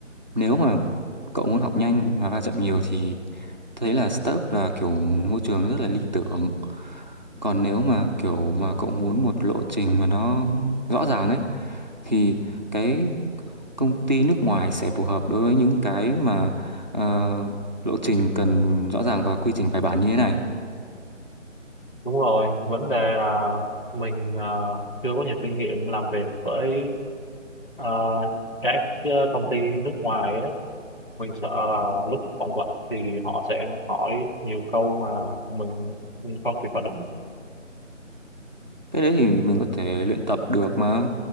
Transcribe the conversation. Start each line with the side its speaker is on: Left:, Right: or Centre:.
Right: Nếu mà cậu muốn học nhanh và va chạm nhiều thì tôi thấy là startup là kiểu môi trường rất là lý tưởng. Còn nếu mà kiểu mà cậu muốn một lộ trình mà nó rõ ràng ấy thì cái công ty nước ngoài sẽ phù hợp đối với những cái mà ờ, lộ trình cần rõ ràng và quy trình bài bản như thế này
Left: đúng rồi vấn đề là mình à, chưa có nhiều kinh nghiệm làm việc với à, các ờ, công ty nước ngoài ấy. mình sợ là lúc phỏng vấn thì họ sẽ hỏi nhiều câu mà mình không kịp phản ứng
Right: cái đấy thì mình có thể luyện tập được mà